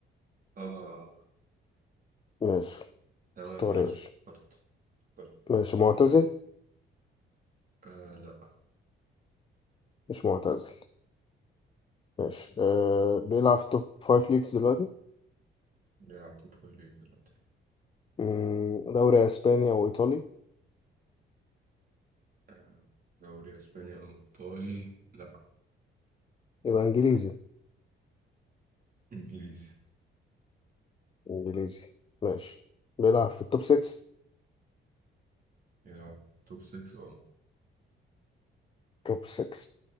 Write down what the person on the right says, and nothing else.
آه
تمام
يلا
اخترت اخترت
آه لأ
بيلعب توب فايف ليجز دلوقتي
آه، دوري أسباني أو إيطالي لأ
إنجليزي
بيلعب توب 6 اه